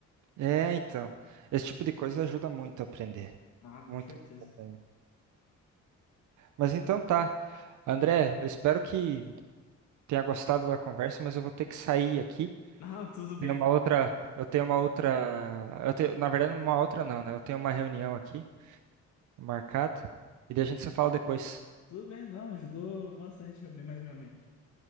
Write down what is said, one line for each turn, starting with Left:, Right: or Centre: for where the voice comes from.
Right: é, então, esse tipo de coisa ajuda muito a aprender,
Left: Ah, com
Right: muito,
Left: certeza.
Right: muito a aprender.
Left: <laughs>
Right: Mas então tá, André, eu espero que tenha gostado da conversa, mas eu vou ter que sair aqui.
Left: Não, tudo bem.
Right: Tem uma outra, eu tenho uma outra, eu tenho, na verdade, uma outra não, né? Eu tenho uma reunião aqui. Marcado. E daí a gente se fala depois.
Left: Tudo bem, não, ajudou bastante a abrir mais minha mente.